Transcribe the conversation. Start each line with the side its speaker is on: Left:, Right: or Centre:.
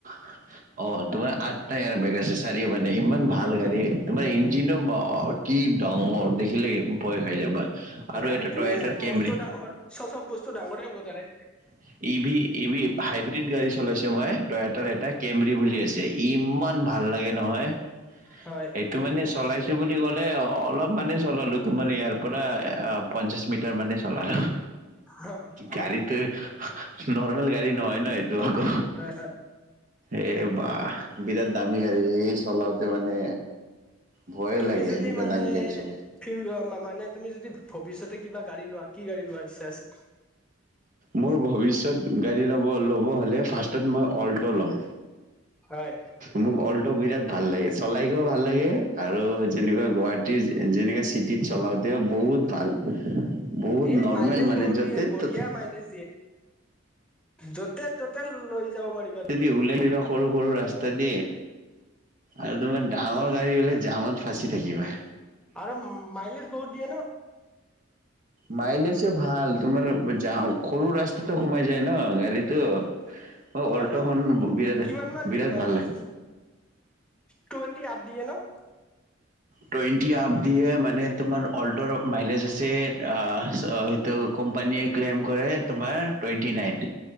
Right: উ অ তোমাৰ আঠ টায়াৰ বেগ আছে চাৰিও মানে ইমান ভাল গাড়ী তোমাৰ ইঞ্জিনো কি ডাঙৰ দেখিলে ভয় খাই যাবা আৰু
Centre: গাড়ীটোয়ে
Right: এটা টয়টাৰ কেমৰি
Centre: মস্ত ডাঙৰ চ চব বস্তু ডাঙৰে হ'ব তাৰে
Right: ই ভ ই ভ হাইব্ৰ্ৰীড গাড়ী চলাইছে মই তই এটাৰ এটা কেম্ৰি বুলি আছে ইমান ভাল লাগে নহয়
Centre: হয়
Right: সেইটো মানে চলাইছো বুলি ক'লে অলপ মানে চলালো তোমাৰ ইয়াৰ পৰা পঞ্চাশ মিটাৰ মানে চলালো
Centre: হয়
Right: গাড়ীটোো নৰ্মেল গাড়ী নহয় ন এইটো আকৌ
Centre: হয়
Right: এ বা বিৰাট দামী গাড়ী এই চলাওতে মানে ভয়ে
Centre: তুমি
Right: লাগে
Centre: যদি
Right: এনেকুৱা
Centre: মানেি
Right: দামী গাড়ী চলাই
Centre: মানে তুমি যদি ভৱিষ্যতে কিবা গাড়ী লোৱা কি গাড়ী লোৱা ইচ্ছা আছে
Right: মোৰ ভিষ্যত গাড়ী ল ল'ব হলে ফ্ষ মই অল্ ল'ম
Centre: হয়
Right: মোক অলট বিৰাট ভাল লাগে চলাইকেও ভাল লাগে আৰু যেনেকুৱা গুৱাহাটীৰ যেনেকাা চিটিত চলাওতেও বহুত বহুত ভাল বহুত
Centre: এ
Right: নৰ্মেল
Centre: মাইলেজ
Right: মানে
Centre: বহুত
Right: য'তে
Centre: দিয়ে বঢ়িয়া
Right: ত'তে
Centre: মাইলেজ য'তে ত'তে লৈ যাব পাৰিবা তুমি
Right: যদি ওলাই আহিবা সৰু সৰু ৰাস্তা দিয়ে আৰু তোমাৰ ডাঙৰ গাড়ী হলে জামত ফাঁচি থাকিবা
Centre: আৰু মাইলেজ বহুত দিয়ে ন
Right: মাইলেছে ভাল তোমাৰ য সৰু ৰাস্তাটোো ঘোমাই যায় ন গাড়ীটো অ অল্টখন
Centre: অলটো
Right: বিৰাট
Centre: কিমান মান দিয়ে
Right: বিৰাট
Centre: মাইলেজ
Right: ভাল
Centre: টুৱেণ্টি আপ দে ন
Right: টুৱেটি আ দিয়ে মানে তোমাৰ অল্টাৰ মাইলেজ আছে অ', চ সেইটো কোম্পানীয়ে ক্লেইম কৰে, তোমাৰ টুৱেণ্টি নাইন।